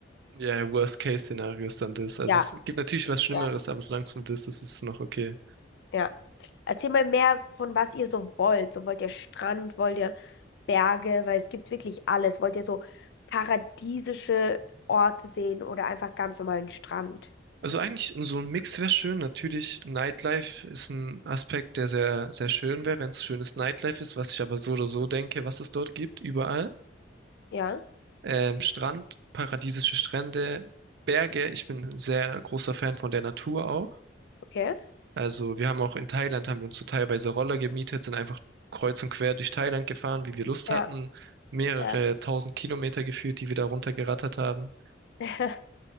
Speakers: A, on the right (about 60°); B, on the left (about 60°).
A: Ja, Worst-Case-Szenario ist dann das. Also
B: Ja.
A: es gibt natürlich was Schlimmeres,
B: ja.
A: aber solange es nur das ist, ist es noch okay.
B: Ja. Erzähl mal mehr von was ihr so wollt. So wollt ihr Strand, wollt ihr Berge, weil es gibt wirklich alles. Wollt ihr so paradiesische Orte sehen oder einfach ganz normalen Strand?
A: Also eigentlich so ein Mix wäre schön. Natürlich, Nightlife ist ein Aspekt, der sehr, sehr schön wäre, wenn es schönes Nightlife ist, was ich aber so oder so denke, was es dort gibt, überall.
B: Ja,
A: Ähm, Strand, paradiesische Strände, Berge. Ich bin ein sehr großer Fan von der Natur auch.
B: okay.
A: Also wir haben auch in Thailand, haben wir uns so teilweise Roller gemietet, sind einfach kreuz und quer durch Thailand gefahren, wie wir Lust
B: Ja,
A: hatten. Mehrere
B: ja.
A: tausend Kilometer geführt, die wir da runtergerattert haben.
B: <laughs>